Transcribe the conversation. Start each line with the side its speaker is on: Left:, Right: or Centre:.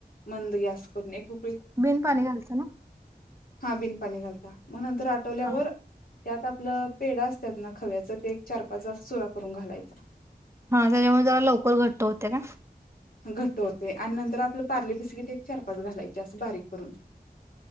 Left: मंद गॅस करून एकूप
Right: बिन पाणी घालतं ना
Left: हा बिन पाणी घालता म्ह नंतर नंतर आठवल्यावर
Right: हा
Left: त्या आता आपलं पेढा असतात. ना खव्याचा ते एक चार पाच घास चुरा करून घालायचा.
Right: हा त्याच्यामुळे जरा लवकर घट्ट होते. का
Left: घट होते आणि नंतर आपलं पार्ले बिस्किट एक चार पाच घालायची असं बारीक करून.